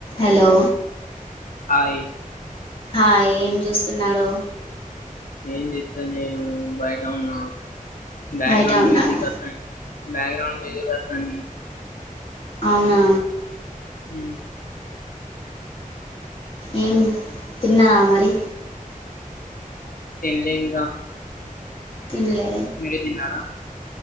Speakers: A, on the left (about 40°); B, on the left (about 80°).
A: hello
B: hi
A: hi ఏం చేూస్తున్నారు
B: ఏం చేస్తలేను బయట ఉన్న బ్యాక్గ్రౌండ్
A: బయట ఉన్నాడా
B: మ్యూజిక్ అతా బ్యాక్గ్రాౌండ్ మ్యూజిక్ వాతంది
A: అవునా
B: హ
A: హ్మ్ తిన్నావా మరి
B: తిన్లే ఇంకా
A: తిన్లే
B: మీరు తిన్నారా